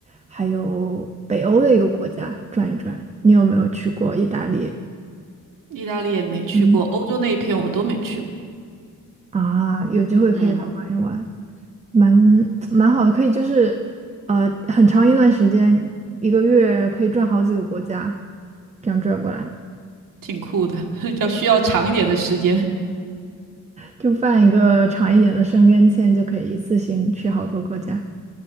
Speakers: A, on the right (about 20°); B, on the right (about 80°).
A: 还有北欧的一个国家转一转。你有没有去过意大利？
B: 意大利也没去过，
A: 嗯，
B: 欧洲那一片我都没去过。
A: 啊，有机会可以来玩一玩。
B: 嗯，
A: 蛮蛮好的，可以就是呃很长一段时间，一个月可以转好几个国家，这样转过来，
B: 挺酷的，<laughs> 要需要长一点的时间。
A: 就办一个长一点的申根签，就可以一次性去好多国家。